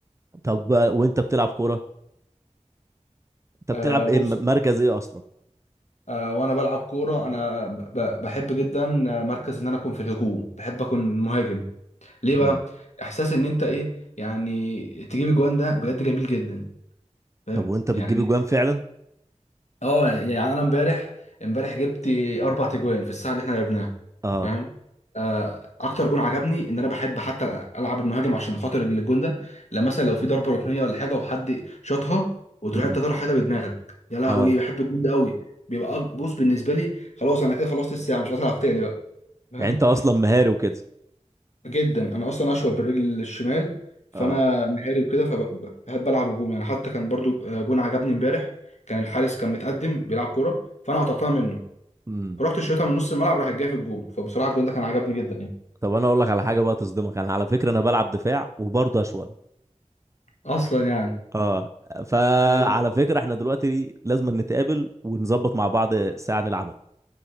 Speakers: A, on the right; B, on the left.
A: طب بقى وانت بتلعب كوره انت بتلعب
B: آه بص
A: ايه م- مركز ايه اصلا
B: آه وانا بلعب كوره انا ب... بحب جدا مركز ان انا اكون في الهجوم بحب اكون مهاجم ليه بقى
A: امم
B: احساس ان انت ايه يعني تجيب اجوان ده بجد جميل جدا فاهم
A: طب وانت بتجيب
B: يعني
A: اجوان فعلا
B: اه يعني انا امبارح امبارح جبت اربع تجوان في الساعه اللي احنا لعبناها
A: اه
B: فاهم آه، اكتر جون عجبني ان انا بحب حتى العب المهاجم عشان خاطر الجون ده لما مثلا لو في ضربه ركنيه ولا حاجه وحد شاطها وتروح
A: امم
B: انت طالع حاجه بدماغك يا لهوي
A: اه
B: بحب الجون ده قوي بيبقى أك- بص بالنسبه لي خلاص انا كده خلصت الساعه مش عايز العب تاني بقى فاهم
A: يعني انت اصلا مهاري وكده
B: جدا انا اصلا اشول بالرجل الشمال فانا
A: اه
B: مهاري وكده فبحب العب الجون يعني حتى كان برضو آه، جون عجبني امبارح كان الحارس كان متقدم بيلعب كوره فانا قطعتها منه
A: امم
B: فرحت شايطها من نص الملعب راح جايه في الجون فبصراحه الجون ده كان عجبني جدا يعني
A: طب انا اقول لك على حاجه بقى تصدمك انا على فكره انا بلعب دفاع وبرضه اشول
B: اصلا يعني
A: اه فعلى
B: يا ريت.
A: فكرة احنا دلوقتي لازم نتقابل ونظبط مع بعض ساعة نلعبها